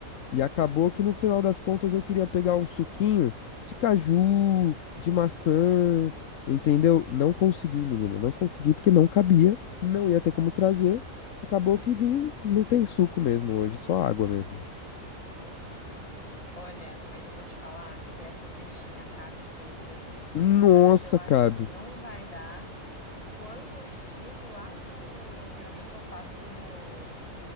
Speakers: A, on the left; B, on the left.
A: E acabou que no final das contas eu queria pegar um suquinho de caju, de maçã, entendeu? Não consegui, menina, não consegui porque não cabia, não ia ter como trazer. Acabou que vim, não tem suco mesmo hoje, só água mesmo.
B: Olha, mas eu vou te falar que essa cestinha cabe coisa, viu?
A: Nossa,
B: Às vezes eu acho
A: cabe.
B: que não vai dar. Quando eu chego lá no. Geralmente eu passo no,